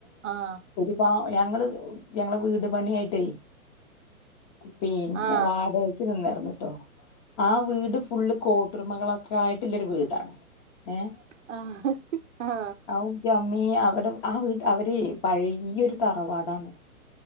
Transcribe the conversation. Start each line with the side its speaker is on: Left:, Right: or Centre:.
Right: ആഹ്
Left: പ്പാ ഞങ്ങള് ഞങ്ങളെ വീട് പണിയായിട്ട് പിന്നെ
Right: ആഹ്
Left: വാടയ് ക്ക് നിന്നാര്ന്ന്ട്ടോ ആ വീട് ഫുള്ള് കോട്ടൊരുമകളൊക്കെ ആയിട്ട്ല്ലരു വീടാണ് ഏഹ്
Right: ആഹ്
Left: ഔ ന്റെമ്മീ അവിടെ ആ വീട് അവര് പഴയൊരു തറവാടാണ്